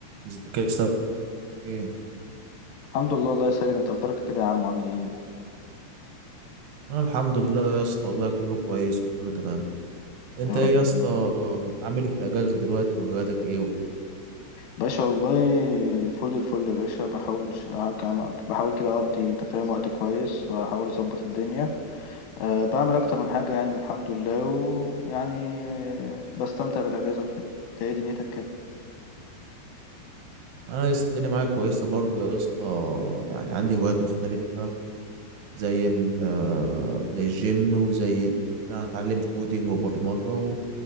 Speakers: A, on the right; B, on the left.
A: ازيك يا اسطى ايه
B: الحمد لله الله يا ساجد انت اخبارك إيه كده يا عم وعامل ايه
A: انا الحمد لله يا اسطى والله كله كويس كله تمام انت
B: يا
A: ايه
B: رب
A: يا اسطى
B: تمام
A: عامل ايه في الاجازه دلوقتي وهواياتك ايه وكده
B: باشا والله فل الفل يا باشا بحاول انش... كم- بحاول كده اقضي انت فاهم وقت كويس بحاول اظبط الدنيا أه بعمل اكتر من حاجه يعني الحمد لله ويعني بستمتع بالاجازه وكده انت ايه دنيتك كده
A: انا يا اسطى الدنيا معايا كويسه برضو يا اسطى يعني عندي هوايات مختلفه زي ال زي الجيم وزي ال- إن انا اتعلم كودينج وبرمجه و-